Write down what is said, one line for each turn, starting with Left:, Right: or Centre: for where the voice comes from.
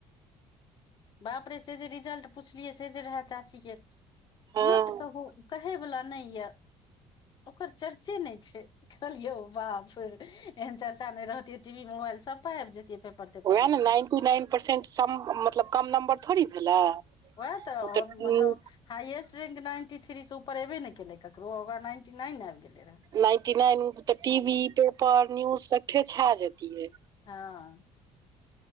Left: बाप रे से जे रिजल्ट पुछलियै से जे रहए चाचीे के
Right: हँ
Left: मत कहू कहैवला नहि यऽ ओकर चर्चे नहि छैय कहलियौ बाप रे एहन चर्चा नहि रहतै टी वी मोबाइल सब पर सब पर आबि जतिये पेपर तेपर
Right: वएह
Left: मे
Right: ने नाइन्टी नाइन परसेंट सब कम नम्बर थोड़ी भेलै
Left: वएह
Right: ऊ तऽ
Left: मतलब हाइएस्ट रैंज नाइन्टी थ्री से उपर एबे नहि केलै ककरो ओकरा नाइन्टी नाइन आब गेले रहै।
Right: नाइन्टी नाइन तऽ टी वी पेपर न्यूज सब पर छा जतिये
Left: हाँ